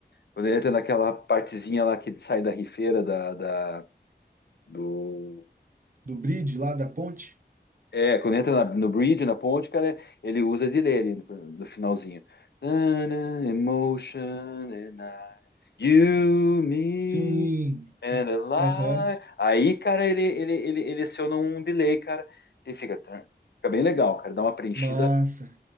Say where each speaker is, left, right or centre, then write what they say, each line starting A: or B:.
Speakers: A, on the left; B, on the right.
A: Quando ele entra naquela partezinha lá que sai da rifeira da, da- do.
B: do bridge lá da ponte?
A: É, quando entra na- no bridge, na ponte, cara, ele usa de ler ali no, no finalzinho. Na-na, emotion and I, you, me
B: Sim,
A: and a
B: aham,
A: lie. Aí, cara, ele, ele, ele, ele aciona um delay, cara. Ele fica, fica bem legal, cara. Dá uma preenchida.
B: massa.